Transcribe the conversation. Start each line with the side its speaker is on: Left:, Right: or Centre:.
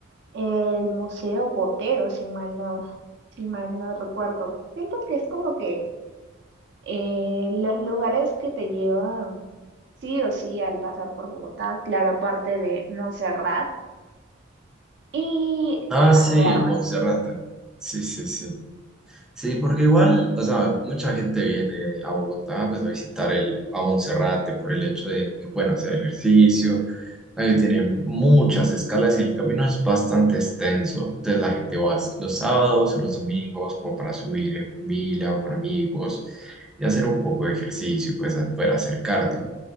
Right: El Museo Botero, si mal no, si mal no recuerdo. Siento que es como que eh, los lugares que te llevan sí o sí al pasar por Bogotá, claro, aparte de Montserrat y
Centre: Ah,
Right: la Plaza
Centre: sí,
Right: de Armas.
Centre: Monserrate. Sí, sí, sí. Sí, porque igual, o sea, mucha gente viene a Bogotá pues a visitar el, a Monserrate por el hecho de que pueden hacer ejercicio, la que tiene muchas escalas y el camino es bastante extenso. Entonces la gente va los sábados, los domingos, como para subir en familia o con amigos y hacer un poco de ejercicio, pues a poder acercarte.